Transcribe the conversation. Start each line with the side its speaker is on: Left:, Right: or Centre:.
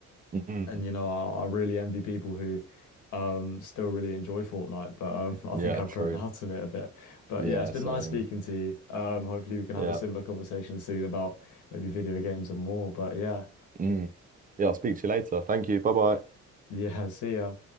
Right: Mm.
Left: and you know, I, I really envy people who um still really enjoy Fortnite, but um <laughs> I
Right: Yeah,
Left: think I've
Right: true.
Left: grown out of it a bit. But
Right: Yeah,
Left: yeah, it's been
Right: same.
Left: nice speaking to you. Um hopefully we can have
Right: Yeah.
Left: a similar conversation soon about maybe video games and more. But yeah,
Right: Mm. Yeah, I'll speak to you later. Thank you. Bye bye.
Left: yeah, <laughs> see ya.